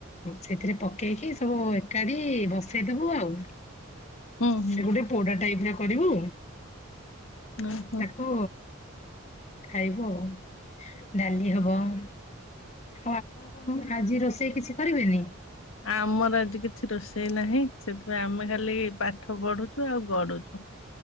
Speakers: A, on the left (about 30°); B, on the left (about 75°).
A: ସେଥିରେ ପକେଇକି ସବୁ ଏକାଠି ବସେଇଦବୁ ଆଉ।
B: ହୁଁ
A: ସେ
B: ହୁଁ
A: ଗୋଟେ ପୋଡା ଟାଇପର କରିବୁ।
B: ହୁଁ ହୁଁ।
A: ତାକୁ। ଖାଇବୁ ଆଉ ଡାଲି ହବ ଆଉ ଆପଣ କଣ ଆଜି ରୋଷେଇ କିଛି କରିବେନି?
B: ଆମର ଆଜି କିଛି ରୋଷେଇ ନାହିଁ ସେଥିପାଇଁ ଆମେ ଖାଲି ପାଠ ପଢୁଛୁ ଆଉ ଗଡୁଛୁ।